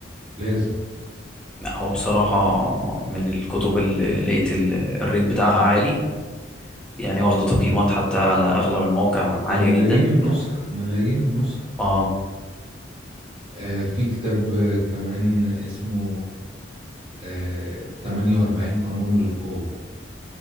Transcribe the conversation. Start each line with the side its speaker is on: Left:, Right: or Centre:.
Right: لازم
Centre: لا هو بصراحه من الكتب اللي لقيت ال- الريت بتاعها عالي يعني واخده تقييمات حتى على اغلب المواقع عاليه
Right: ده ملايين
Centre: جدا
Right: النسخ ملايين النسخ
Centre: اه
Right: آه في كتاب آه، كمان اسمه آه، 48 قانون للقوة